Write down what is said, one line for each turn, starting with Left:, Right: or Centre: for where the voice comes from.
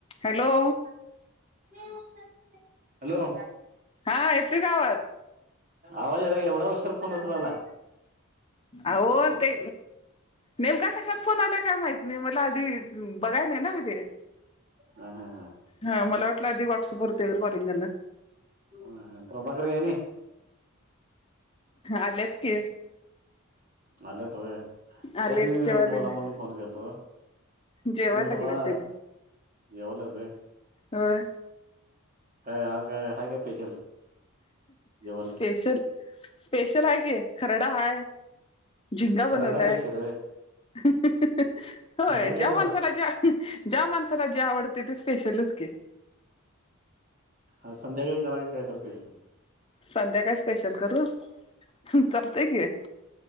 Left: Hello!
Right: Hello.
Left: हा येत आवाज?
Right: आवाज आला एवढा हशर फोन उचलायला?
Left: आहो ते. नेमका कशात फोन आलाय काय माहती नाही मला आधी बघाय नाही ना मी ते.
Right: हा हा हा.
Left: हा मला वाटलं आधी व्हॉट्सअपवरते कॉलिंगाला.
Right: ह हा प्रभाकररी येन.
Left: आल्यात कि.
Right: आल्या तोय
Left: आलेत
Right: त्याशनी
Left: जेवायला
Right: बोला
Left: लागले
Right: म्हणून फोन केला तो.
Left: जेवायला
Right: म इन तका
Left: लागलेत त्यांनी
Right: यवले.
Left: होय.
Right: हे आज काय हायके स्पेशल? जेवण
Left: स्पेशल स्पेशल आहे क खरडा हाय. झिंगा
Right: खरडा
Left: बनवलाय.
Right: स्पेशल होय
Left: <unintelligible> होय
Right: शिंगा केल्याचा
Left: जवण सनाच्या. ज्या माणसाला जे आवडते ते स्पेशलच की.
Right: अ संध्याकाळी करा कायतार स्पेशल.
Left: संध्याकाय स्पेशल करू चालतंय की.